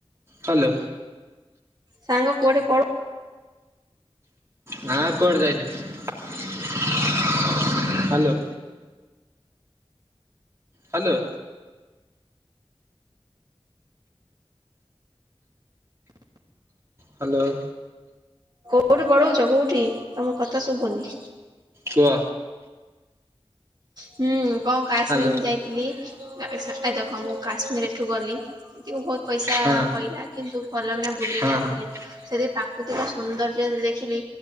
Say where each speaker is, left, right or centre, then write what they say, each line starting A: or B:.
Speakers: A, on the right (about 25°); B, on the right (about 40°).
A: ହ୍ୟାଲୋ।
B: ସାଙ୍ଗ କୁଆଡେ ପଳ
A: ନା କୁଆଡେ ଯାଇନି ହ୍ୟାଲୋ। ହ୍ୟାଲୋ। ହ୍ୟାଲୋ।
B: କୋଉଠି ବଳଉଛ କୋଉଠି ତମ କଥା ଶୁଭୁନି।
A: କୁହ।
B: ହୁଁ କଣ କାଶ୍ମୀରକୁ
A: ହ୍ୟାଲୋ
B: ଯାଇ ଥିଲି ଏ ଅ ସ ଦେଖ ମୁଁ କାଶ୍ମୀର ଏଠୁ ଗଲି, ଏମିତି ମୁ ବହୁତ ପଇସା
A: ହଁ
B: ପଇଲା, କିନ୍ତୁ ଭଲ କିନା ବୁଲିକି
A: ହଁ
B: ଆସିଲି ସେଦି ପା କତିକ ସୁନ୍ଦର ଯ ଆ ଦେଖିଲି।